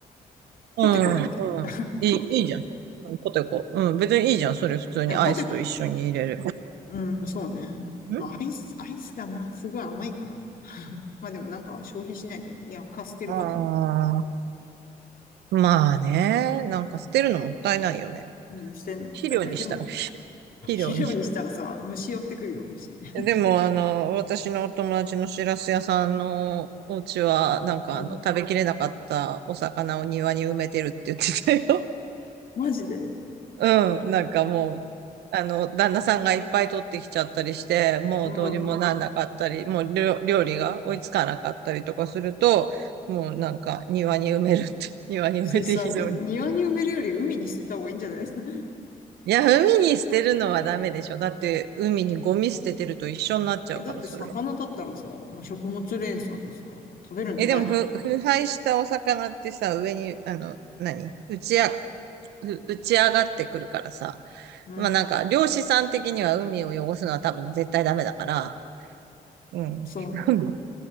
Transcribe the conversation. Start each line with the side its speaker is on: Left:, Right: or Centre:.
Left: ポテコだっけい
Right: うんうん。いい、いいじゃん。うん、ポテコ。うん、別にいいじゃん。それ普通にアイスと一緒に入れる。
Left: や、ポテコ、うん、そうね。
Right: うん
Left: まあ、アイス、アイスがな、すごい甘いからな。まあでもなんか消費しないと、いや、貸捨てるからよな。
Right: ああー、まあね。なんか捨てるのもったいないよね。
Left: うん、捨てるのもったいない。
Right: 肥料にしたら、
Left: でも、
Right: 肥料に。
Left: 肥料にしたらさ、虫寄ってくるよ、虫。<laughs>
Right: でも、あの、私のお友達のしらす屋さんのお家は、なんかあの、
Left: うん、
Right: 食べきれなかったお魚を庭に埋めてるって言ってたよ。
Left: マジで。
Right: うん、なんかもう、あの、旦那さんがいっぱい取ってきちゃったりして、もうどうにもなんなかったり、
Left: うん。
Right: もう料料理が追いつかなかったりとかすると、もうなんか庭に埋めるって、<laughs> 庭に埋めて非常に。
Left: それさ、庭に埋めるより海に捨てた方がいいんじゃないですか。<laughs>
Right: <laughs> いや、海に捨てるのはダメでしょ。だって海にゴミ捨ててると一緒になっちゃうから、
Left: え、だって魚だったらさ、
Right: それ。
Left: まあ、食物連鎖でさ、食べるんじゃないの
Right: え、でもふ、腐敗したお魚ってさ、上に、あの、何打ちあ、ふ打ち上がってくるからさ。
Left: うん。
Right: まあなんか、漁師さん的には海を汚すのは多分絶対ダメだから。うん。
Left: そう。
Right: <laughs>